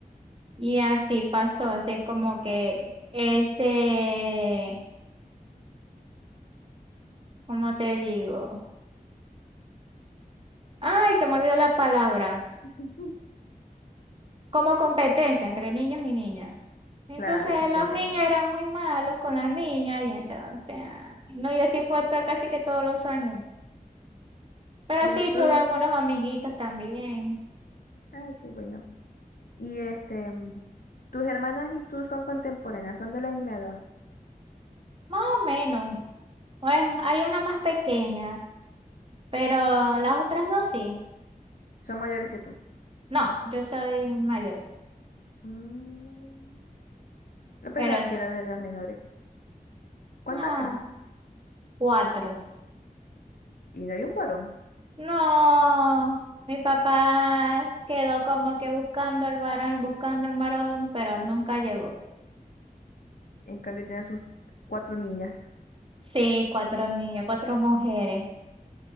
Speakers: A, on the right; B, on the left.
A: Y así pasó, así como que ese, ¿cómo te digo? Ay, se me olvidó la palabra,
B: <laughs>
A: como competencia entre niños y niñas. Entonces
B: Claro, sí,
A: los
B: te entiendo.
A: niños eran muy malos con las niñas y entonces, ay, no, y así fue hasta casi que todos los años. Pero
B: ¿Y
A: sí,
B: tus
A: tuve
B: hermanas?
A: buenos amiguitos también.
B: Ay, qué bueno. ¿Y este, mm, tus hermanas y tú son contemporáneas? ¿Son de la misma edad?
A: Más o menos. Pues hay una más pequeña, pero las otras dos sí.
B: ¿Son mayores que tú?
A: No, yo soy mayor,
B: Mm, Yo pensaba
A: pero
B: que era de las menores. ¿Cuántas
A: ah,
B: son?
A: cuatro.
B: Y no hay un varón.
A: No, mi papá quedó como que buscando el varón y buscando el varón, pero nunca llegó.
B: En cambio, tienen sus cuatro niñas.
A: Sí, cuatro niños, cuatro mujeres,